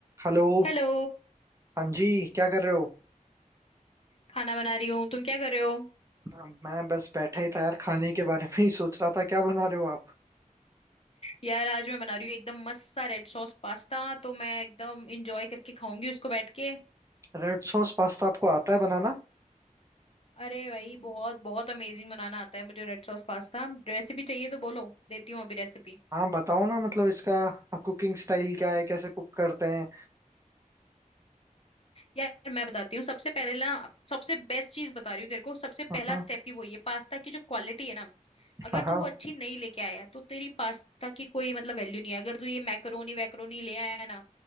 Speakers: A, on the right (about 20°); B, on the left (about 45°).
A: हेलो
B: हेलो
A: हाँ जी क्या कर रहे हो
B: खाना बना रही हूँ तुम क्या कर रहे हो
A: मैं मैं बस बैठा ही था यार खाने के बारे में ही सोच रहा था क्या बना रहे हो आप
B: यार आज मैं बना रही हूँ एकदम मस्त सा रेड सॉस पास्ता तो मैं एकदम इंजॉय करके खाऊंगी उसको बैठ के
A: रेड सॉस पास्ता आपको आता है बनाना
B: अरे भाई बहुत बहुत अमेजिंग बनाना आता है मुझे रेड सॉस पास्ता रेसिपी चाहिए तो बोलो देती हूँ अभी रेसिपी
A: हाँ बताओ ना मतलब इसका कुकिंग स्टाइल क्या है कैसे कुक करते हैं
B: यार मैं बताती हूँ सबसे पहले ना सबसे बेस्ट चीज बता रही हूँ तेरे को सबसे पहला
A: हाँ
B: स्टेप ही वही है पास्ता की जो क्वालिटी है ना अगर
A: हाँ
B: तू
A: हाँ,
B: वो अच्छी नहीं लेके आया तो तेरी पास्ता की कोई मतलब वैल्यू नहीं है अगर तू ये मैकरोनी वैकरोनी ले आया है ना